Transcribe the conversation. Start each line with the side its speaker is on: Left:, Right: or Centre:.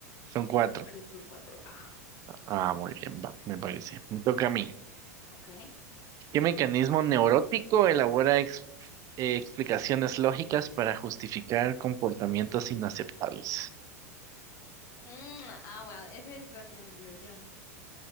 Right: Son cuatro.
Left: pero son cuatro. Ajá,
Right: Ah, muy bien, va, me parece. Me toca a mí.
Left: ok.
Right: ¿Qué mecanismo neurótico elabora ex- eh, explicaciones lógicas para justificar comportamientos inaceptables?
Left: Mm, ah, bueno, esa es racionalización.